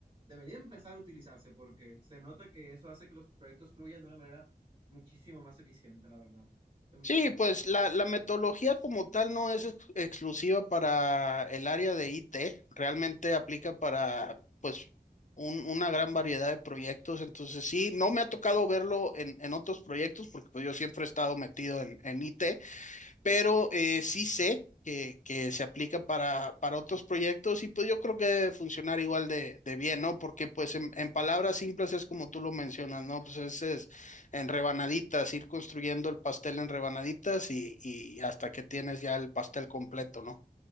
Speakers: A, on the right; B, on the left.
A: debería empezar a utilizarse porque se nota que eso hace que los proyectos fluyan de una manera muchísimo más eficiente, la verdad. Em,
B: Sí, pues la, la metodología como tal no es ex- exclusiva para el área de IT, realmente aplica para pues un- una gran variedad de proyectos, entonces sí, no me ha tocado verlo en, en otros proyectos porque pues yo siempre he estado metido en, en IT, pero eh, sí sé que, que se aplica para, para otros proyectos y pues yo creo que debe funcionar igual de, de bien, ¿no? Porque pues en, en palabras simples es como tú lo mencionas, ¿no? Pues es, es en rebanaditas, ir construyendo el pastel en rebanaditas y, y hasta que tienes ya el pastel completo, ¿no?